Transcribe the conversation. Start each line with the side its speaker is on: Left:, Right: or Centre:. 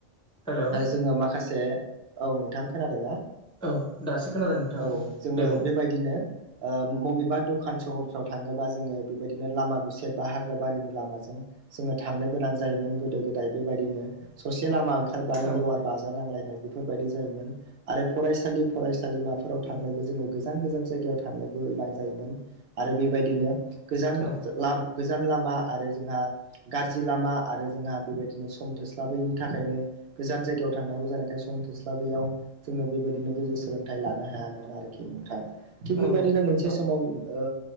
Centre: हेलौ
Right: जोङो माखासे औ नोंथां खोनादोंना
Centre: औ दासो खोनादों नोंथां
Right: औ जोङो
Centre: दे बुं
Right: बेबायदिनो ओ बबेबा दखान सहरफ्राव थाङोबा जोङो बेबायदिनो लामा गुसेब बा हाग्रा बारिनि लामा जोङो थांनो गोनां जायोमोन गोदो गोदाय बेबायदिनो ससे लामा लेवार
Centre: औ
Right: बाजानांलायनाय बेफोरबायदि जायोमोन आरो फरायसालि फरायसालि फसालिमाफोराव थांनोबो
Centre: औ
Right: जोङो गोजान गोजान जायगायाव थांनोबो गोनां जायोमोन आरो बेबायदिनो गोजान गोजान
Centre: औ
Right: लामा गोजान लामा आरो जोंहा गाज्रि लामा आरो जोंहा बेबायदिनो सम थोस्लाबैनि थाखायनो गोजान जायगायाव थांनांगौ जानायखाय सम थोस्लाबैयाव जोङो बेबायदिनो गो सोलोंथाइ लानो हायामोन आरोखि नोंथां थिग
Centre: औ
Right: बेबायदिनो
Centre: नोंथां
Right: मोनसे
Centre: औ
Right: समाव ओ